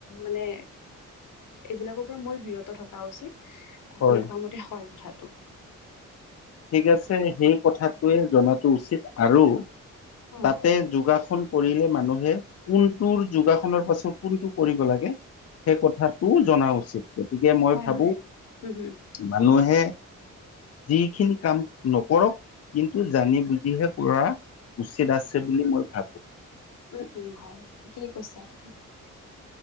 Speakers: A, on the left; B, on the left.
A: মানে এইবিলাকৰ পৰা মই বিৰত থকা উচিত আপুনি
B: হয়।
A: কোৱা মতে হয় কথাটো
B: ঠিক আছে সেই কথাটোৱে জনাাতটো উচিত আৰু
A: অ
B: তাতে যোগাসন কৰিলে মানুহে কোনটোৰ যোগাসনৰ পাছত কোনটো কৰিব লাগে। সেই কথাটো জনা উচিত গতিকে মই
A: হয়
B: ভাবো
A: হয় উম হম
B: মানুহে যি খিনি কাম নকৰক কিন্তু জানি বুজিহে পুৰা উচিত আছে বুলি মই ভাবো।
A: উম উম হয় ঠিকেই কৈছে আপুনি